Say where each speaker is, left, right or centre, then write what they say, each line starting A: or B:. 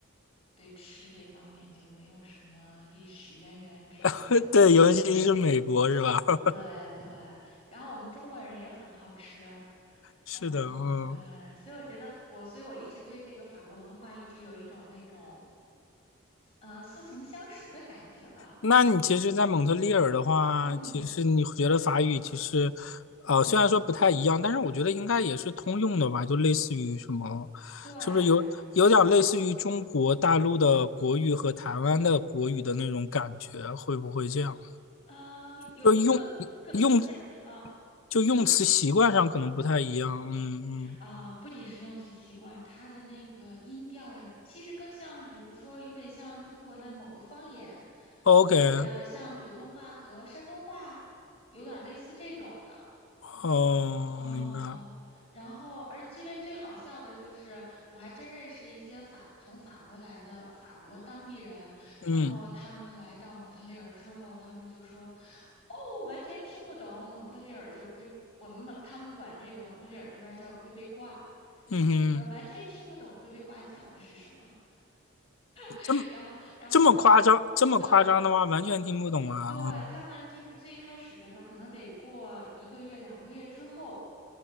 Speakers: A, on the left (about 30°); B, on the left (about 75°).
A: 对吃这方面就没有什么历史渊源之类的啊。
B: <laughs> 对，尤其是美国是吧？<laughs>
A: 对对，然后我们中国人也很好吃，
B: 是的，
A: 然后对，
B: 嗯，
A: 所以我觉得我，所以我一直对这个法国文化一直有一种那种，嗯、似曾相识的感觉吧，会，
B: 那你其实，在蒙特利尔的话，
A: 嗯，
B: 其实你学了法语，其实，呃，虽然说不太一样，但是我觉得应该也是通用的吧，就类似于什么，
A: 对，
B: 是不是有有点类似于中国大陆的国语和台湾的国语的那种感觉？
A: 有
B: 会不会这样？
A: 呃，有更更更像啊。
B: 就用用就用词习惯上可能不太一样，
A: 更
B: 嗯嗯
A: 啊、不仅是用词习惯，它的那个音调呀什么，其实更像，比如说，有点像中国的某个方言，
B: ，OK，
A: 呃，像普通话和山东话，有点类似这种的。
B: 哦，
A: 哦，
B: 明白，
A: 然后而这边最好笑的就是，我还真认识一些法从法国来的法国当地人，然后他们来到蒙特利尔之后，
B: 嗯
A: 他们就说，哦，完全听不懂蒙特利尔就龟，我们蒙他们管这个蒙特利尔这边儿叫龟背挂，
B: 嗯哼，
A: 我说完全听不懂龟背挂讲的是什么，<laughs>
B: 这么
A: 然后然后过，
B: 这么夸张，这么夸张的话，
A: 对
B: 完全听不懂啊，
A: 对，
B: 嗯
A: 他们就是最开始的时候可能得过一个月两个月之后。